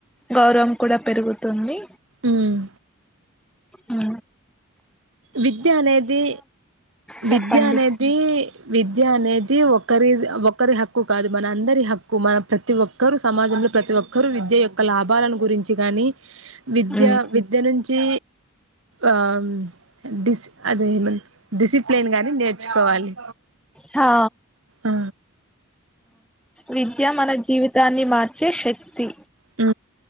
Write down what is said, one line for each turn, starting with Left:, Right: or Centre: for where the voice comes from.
Centre: గౌరవం కూడా పెరుగుతుంది.
Right: ఉమ్
Centre: ఆ
Right: విద్యా అనేదీ,
Centre: చెప్పండి
Right: విద్యా అనేదీ విద్ విద్యా అనేది ఒక్కరీజ్ ఒక్కరి హక్కు కాదు. మన అందరి హక్కు మన ప్రతి ఒక్కరు సమాజంలో ప్రతి ఒక్కరు విద్య యొక్క లాభాలను గురించి గానీ, విద్యా
Centre: ఉమ్,
Right: విద్య నుంచీ ఆం డిస్ అది ఏమంటర్ డిసిప్లేన్ గాని నేర్చుకోవాలి.
Centre: హా
Right: ఆ
Centre: విద్యా మన జీవితాన్ని మా ర్చే శక్తి.
Right: ఊ